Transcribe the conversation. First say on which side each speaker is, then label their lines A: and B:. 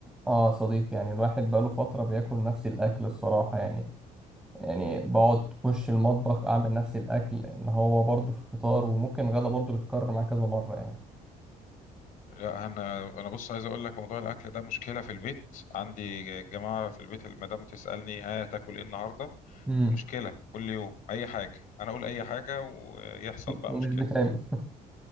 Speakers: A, in the centre; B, on the left.
A: اه صديق يعني الواحد بقاله فترة بياكل نفس الأكل الصراحة يعني يعني بقعد أخش المطبخ أعمل نفس الأكل اللي هو برضه في الفطار وممكن غدا برضه بيتكرر معايا كذا مرة يعني
B: لا انا انا بص عايز اقول لك موضوع الاكل ده مشكله في البيت عندي جماعه في البيت المدام تسالني ها تاكل ايه النهارده
A: امم
B: مشكله كل يوم اي حاجه انا اقول اي حاجه ويحصل بقى
A: ومش
B: مشكله
A: بيتعمل